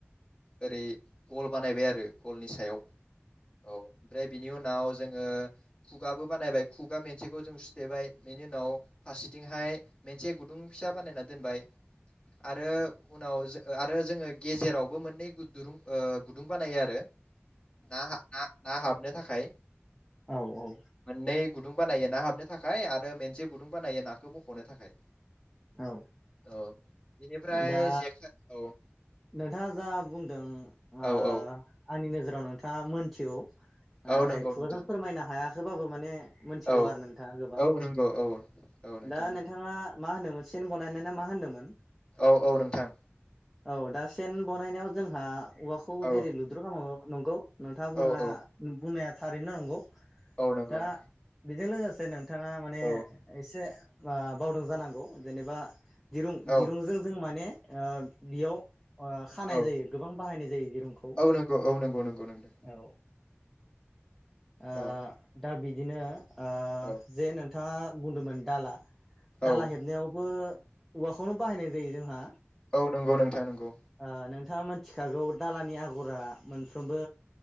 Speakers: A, on the left; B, in the centre.
A: ओरै गल बानायबाय आरो गलनि सायाव औ ओमफ्राय बिनि उनाव जोङो खुगाबो बानायबाय खुगा मोनसेखौ जों सुथेबाय बेनि उनाव फारसेथिंहाय मोनसे गुदुं फिसा बानायनानै दोनबाय आरो उनाव जों आरो जोङो गेजेरावबो मोननै दुरुं गुदुं ओ बानायो आरो ना ना हाबनो थाखाय।
B: औ औ।
A: मोननै गुदुं बानायो ना हाबनो थाखाय आरो मोनसे गुदुं बानायो नाखौ बखनो थाखाय।
B: औ
A: औ बेनिफ्राय
B: दा
A: जेखाय औ
B: नोंथाङा जा बुंदों आ
A: औ औ
B: आंनि नोजोर औ नोंथाङा मोनथिगौ।
A: औ
B: नाथाय
A: नंगौ
B: खुगाजों
A: नोंथां
B: फोरमायनो हायाखैबाबो माने मोनथिगौ
A: औ
B: आरो नोंथाङा गोबां
A: औ नंगौ औ औ नोंथां
B: दा नोंथाङा मा होनोमोन मोन चेन बनाय <unintelligible> मा होनदोंमोन।
A: औ औ नोंथां
B: औ दा सेन बनायनायाव जोंहा औवाखौ
A: औ
B: जेरै लुद्रु खामो। नंगौ। नोंथाज्ञबुंनाया
A: औ औ
B: बुंनाया थारैनो नंगौ।
A: औ नंगौ
B: दा
A: नोंथां
B: बेदिनो <unintelligible> थाङा माने
A: औ
B: एसे बा बावदों जानांगौ जेनेबा दिरुं दिरुंजों
A: औ
B: जों माने ओ बेयाव ओ खानाय
A: औ
B: जायो गोबां बिबां बाहायनाय जायो। दिरुंखौ
A: औ नंगौ औ नंगौ नंगौ नोंथां
B: औ ओ
A: औ
B: दा बिदिनो ओ
A: औ
B: जे नोंथाङा बुंदोंमोन दाला दाला
A: औ
B: हेबनायावबो <unintelligible> खौनो बाहायनाय जायो जोंहा।
A: औ नंगौ नोंथां नंगौ
B: ओ नोंथाङा मिथिखागौ दालानि आगरा मोनफ्रोमबो